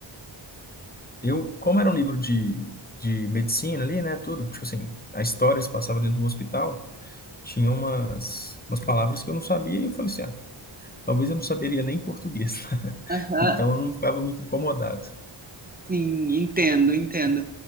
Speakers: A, on the left; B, on the right.
A: eu, como era um livro de, de medicina ali, né, tudo, tipo assim, a história se passava dentro de um hospital, tinha umas, umas palavras que eu não sabia e eu falei assim, ah, talvez eu não saberia nem português. <laughs>
B: Aham.
A: Então eu não ficava muito incomodado.
B: Sim, entendo, entendo.